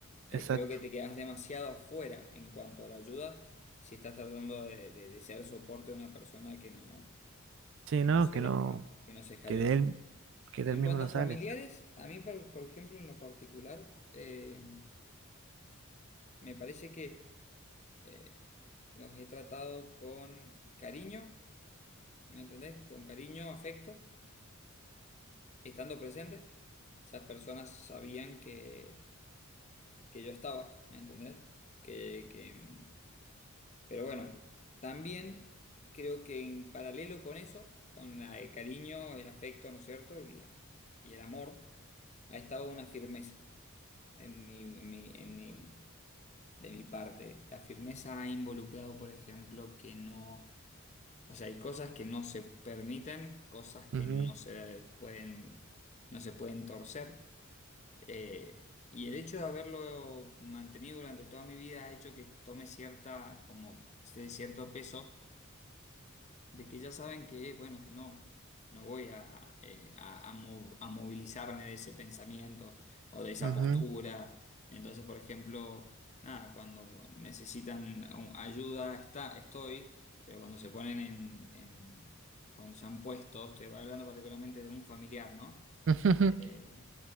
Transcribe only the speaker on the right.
exacto.
Sí,
no,
que
no,
que
de él, que del
mismo
no
sales.
Ujú,
ujú,
ujú.
<laughs>